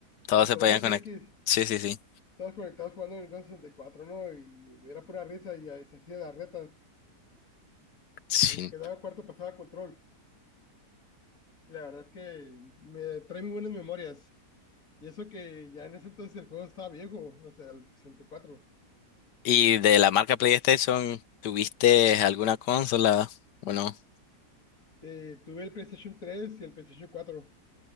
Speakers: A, on the left; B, on the left.
A: todos
B: controles
A: se podían conectar.
B: X,
A: Sí, sí, sí,
B: todos conectados jugando Nintendo 64, ¿no? Y era pura risa y ahí se hacían las retas.
A: sí.
B: El que daba cuarto pasaba control. La verdad es que me trae muy buenas memorias. Y eso que ya en ese entonces el juego estaba viejo, o sea, el 64.
A: ¿Y de la marca PlayStation, tuviste alguna consola? Bueno,
B: Eh, tuve el PlayStation tres y el PlayStation cuatro